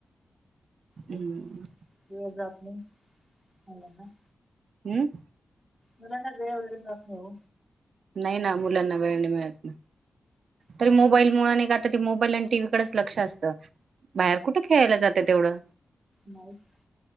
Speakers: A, on the right; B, on the left.
A: हम्म
B: दिवस जात नाही. <unintelligible>
A: हम्म.
B: मलांना वेळ वगैरे जात नाही ओ.
A: नाही ना मुलांना वेळ नाही मिळत ना.
B: हम्म,
A: तरी मोबाईल मुळ आणि कायतरी मोबाईल आणि टीव्हीकडेच लक्ष असतं बाहेर कुठं खेळायला जातं येवढं
B: नाहीच.